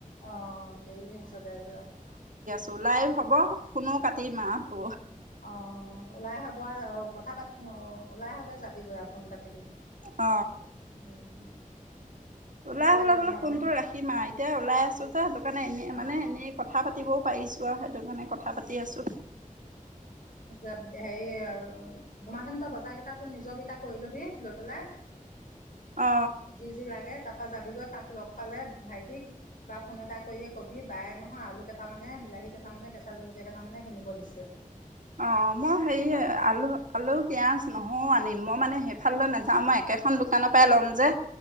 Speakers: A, on the left (about 70°); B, on the right (about 65°).
A: অ ' দেৰীয়ে হৈছে
B: ওলাইও হব। ফোনো কাটিম আৰু
A: অ' ওলাই হব আৰু অ' কথা পাত ওলাই হ'লে যাবিগৈ আৰু ফোন কাটি দিম।
B: অ
A: উম, সোনকালে
B: ওলাই হ'লে
A: গৈ
B: বোলে
A: ধুমাধুম
B: ফোনটো ৰাখিম আৰু এতিয়া ওলাই আছো যে সেইটো কাৰণে এনে
A: অ'
B: মানে এনেই কথা পাতিবও পাৰিছো আৰু সেইটো কাৰণে কথা কথা পাতি আছো।
A: হেৰি ধুমা ধুম তই বজাৰ কেইটা নিজৰ কেইটা কৰি লবি লৈ পেলাই।
B: অ
A: যি যি লাগে তাৰপা পৰা যাবিগে তাক লগ পালে ভাইটিক বা ফোন এটা কৰিয়ে কবি বাইয়ে নহয় আলু কেইটা মানে বিলাহী কেইটা মানে কেঁচা জলকীয়া কেইটা মানে কিনিব দিছে।
B: অ মই হেৰি
A: বজাৰ পৰা
B: আলু আলু পিয়াজ নহও আনিম। মই মানে সেইফাললৈ নাযাও মই একেখন দোকানৰ পৰাই ল'ম যে।